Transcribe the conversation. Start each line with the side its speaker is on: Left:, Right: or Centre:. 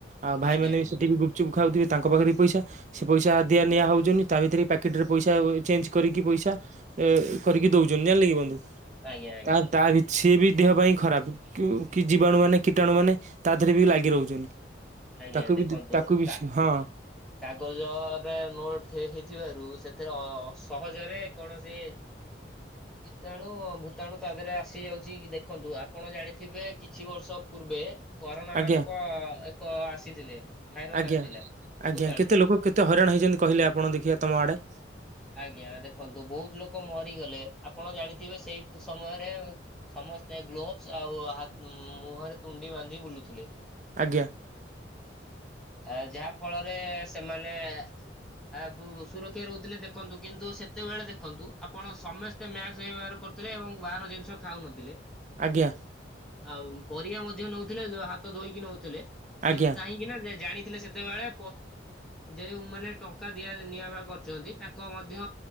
Right: ଆଉ ଭାଇ
Centre: ଆଜ୍ଞା
Right: ମାନେ
Centre: ଆଜ୍ଞା
Right: ସେଠି ବି ଗୁପଚୁପ୍ ଖାଉଥିବେ ତାଙ୍କ ପାଖରେ ବି ପଇସା। ସେ ପଇସା ଦିଆ ନିଆ ହଉଛନ୍ତି ତା ଭିତରେ ପ୍ୟାକେଟ ରେ ପଇସା ଚେଞ୍ଜ କରିକି ପଇସା ଉଁ କରିକି ଦଉଛନ୍ତି ଜାଣିଲେ କି ବନ୍ଧୁ।
Centre: ଆଜ୍ଞା ଆଜ୍ଞା
Right: ନାଁ ତା ସିଏ ବି ଦେହ ପାଇଁ ଖରାପ କି ଜୀବାଣୁ ମାନେ କୀଟାଣୁ ମାନେ ତା ହାତ ରେ ବି ଲାଗି ରହୁଛନ୍ତି
Centre: ଆଜ୍ଞା
Right: କାଖ
Centre: ଦେଖନ୍ତୁ
Right: ଭିତରେ <unintelligible> ତାକୁ ବି
Centre: କା
Right: ହଁ।
Centre: କାଗଜରେ ନୋଟ ହେଇଥିବାରୁ ସେଥିରେ ଅ ସହଜରେ କୌଣସି ତେଣୁ ଭୂତାଣୁ ତା ଦେହରେ ଆସି ଯାଉଛି କି ଦେଖନ୍ତୁ ଆପଣ ଜାଣିଥିବେ କିଛି ବର୍ଷ ପୂର୍ବେ କରୋନା
Right: ଆଜ୍ଞା
Centre: ନାମକ ଏକ ଆସିଥିଲେ ଭାଇରସ୍
Right: ଆଜ୍ଞା।
Centre: ଆସିଥିଲା।
Right: ଆଜ୍ଞା
Centre: ଭୂତାଣୁ।
Right: କେତେ ଲୋକ କେତେ ହଇରାଣ ହେଇଛନ୍ତି କହିଲେ ଆପଣ ଦେଖିବା ତମ ଆଡ଼େ?
Centre: ଆଜ୍ଞା ଦେଖନ୍ତୁ ବହୁତ୍ ଲୋକ ମରିଗଲେ ଆପଣ ଜାଣିଥିବେ ସେଇ ସମୟରେ ସମସ୍ତେ ଗ୍ଲୋଭସ୍ ଆଉ ହା ମୁହଁରେ ତୁଣ୍ଡି ବାନ୍ଧି ବୁଲୁଥିଲେ।
Right: ଆଜ୍ଞା।
Centre: ଆ ଯାହା ଫଳରେ ସେମାନେ <unintelligible> ସୁରକ୍ଷା ରହୁଥିଲେ ଦେଖନ୍ତୁ କିନ୍ତୁ ସେତେବେଳେ ଦେଖନ୍ତୁ ଆପଣ ସମ ସମସ୍ତେ ମ୍ୟାକସ୍ ବ୍ୟବହାର କରୁଥିଲେ ଏବଂ ବାହାର ଜିନିଷ ଖାଉନଥିଲେ।
Right: ଆଜ୍ଞା
Centre: ଆଉ ପରିବା ମଧ୍ୟ ନଉଥିଲେ ହାତ ଧୋଇକି ନଉଥିଲେ କି
Right: ଆଜ୍ଞା
Centre: କାହିଁକି? <unintelligible> ଜାଣିଥିଲେ ସେତେବେଳେ ଯେଉଁମାନେ ଟଙ୍କା ଦିଆ ନିଆ ବା କରୁଛନ୍ତି ତାଙ୍କ ମଧ୍ୟ